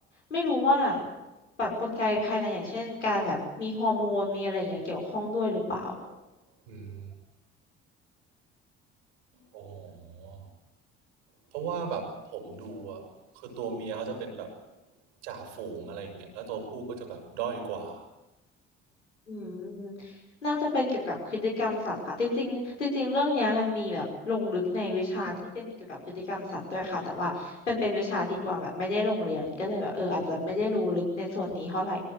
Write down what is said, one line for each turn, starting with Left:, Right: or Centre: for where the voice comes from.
Left: ไม่รู้ว่าแบบกลไกภายในอย่างเช่นการแบบมีฮอร์โมนมีอะไรอย่างเงี้ยเกี่ยวข้องด้วยหรือเปล่า
Right: อืมโอ้เพราะว่าแบบผมดูอะคือตัวเมียเขาจะเป็นแบบจ่าฝูงอะไรอย่างเงี้ยแล้วตัวผู้ก็จะแบบด้อยกว่า
Left: อืมน่าจะเป็นเกี่ยวกับพฤติกรรมสัตว์ค่ะจริงๆจริงๆเรื่องเนี้ยมันมีแบบลงลึกในวิชาที่เป็นเกี่ยวกับพฤติกรรมสัตว์ด้วยค่ะแต่ว่าเป็นเป็นวิชาที่กวางแบบไม่ได้ลงเรียนก็เลยแบบเอออาจจะไม่ได้รู้ลึกในส่วนนี้เท่าไหร่